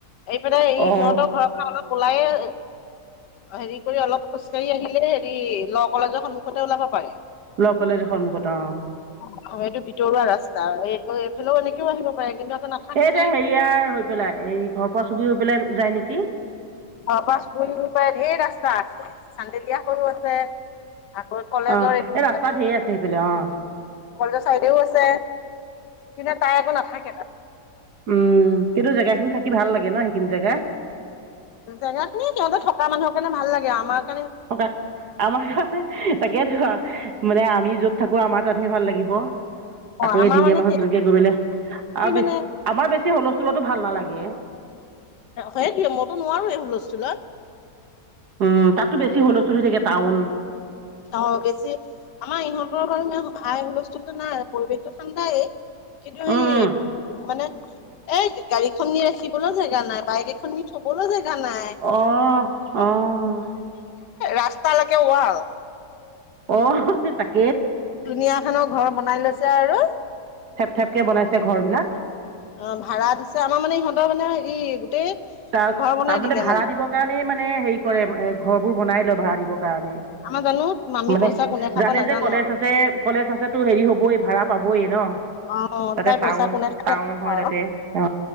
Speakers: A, on the left; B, on the right.
A: এইফালে এই
B: অঁ
A: সিহঁতৰ ঘৰৰ পৰাে অলপ। উলাই য়ে হেৰি কৰি অলপ খোজকাঢ়ি আহিলে। ল কলেজৰ সন্মুখতে ওলাব পাৰে।
B: ল কলেজৰ সন্মুখত অ।
A: অ, এইটো ভিতৰুৱা ৰাস্তা এইটো এইফালেও এনেকেও আহিব পাৰে কিন্তু। নাথাকে
B: এই এয়া
A: তাই।
B: হেৰিয়াৰ হৈ পেলাই এই ঘৰ পৰা চুবুৰ হৈ পেলাই যায় নেকি।
A: অ পাছ পুৰি পায় ঢেৰ ৰাস্তা আছে চান্দেলিয় হৈও আছে <unintelligible> আকৌ কলেজৰ
B: অঁ
A: এইটো।
B: এই ৰাস্তাত ধেৰ আছে সেইফালে অঁ
A: কলেজৰ চাইডেও আছে, কিন্তু তাই একো নাথাকে তাত।
B: উম, কিন্তু জেগাখিনি থাকি ভাল লাগে ন সেইখিনি জেগা।
A: জেগাখিনিত সিহঁতে থকা মানুহৰ কাৰণে ভাল লাগে আমাক।
B: থকা আমাৰ কাৰণে তাকে থ মানে আমি যত থাকো আমাৰ তাত ভাল লাগিব আকৌ
A: অ আমাৰ
B: এদিনীয়া
A: মানে
B: মাহত
A: কি
B: তেনেকে গৈ পেলে আৰু বেছি
A: মানে
B: আমাৰ বেছি হুলস্থুলতো ভাল নালাগে
A: সেইটোৱে মইতো নোৱাৰো এই হুলস্থুলত
B: উম তাততো বছি হূলস্থুল হৈ থাকে টাউন
A: অ বেছি আমাৰ ইহঁতৰ বাৰু হাই হুলস্থুলতো নাই পৰিৱেশতটো ঠাণ্ডাই কিন্তু ই
B: উম উম
A: মানে এ গাড়ীখন নি ৰাখিবলৈ জেগা নাই বাইক এখন নি থবলৈ জেগা গা নাই
B: অঁ অঁ
A: ৰাস্তালৈকে ওৱাল আও
B: অ তাক
A: ধুনীয়া খনৰ ঘৰ বনাই লৈছে আৰু
B: থেপ থেপকে বনাইছে ঘৰ বিলাক
A: অ ভাড়া দিছে আমাৰ মানে ইহঁতৰ মানে ই গোটেই
B: তাত
A: ঘৰ বনাই
B: তাত মানে
A: দিলে
B: ভাড়া দিবৰ কাৰণে মানে হেৰি কৰে ঘৰবোৰ বনাই লয় ভা়ড়া দিব কাৰণে
A: আমাৰ জানো মামী
B: মানে
A: পইচা কোনে খাব
B: জানে
A: নাজানো
B: যে কলেজ
A: আৰু।
B: আছে কলেজ আছেতো হেৰি হবই ভাড়া পাবই ন
A: অ',
B: তাতে
A: তাই
B: টাউন
A: পইচা কোনে খাই
B: টাউন
A: নাজানো
B: হয় তাতে
A: আৰু।
B: অ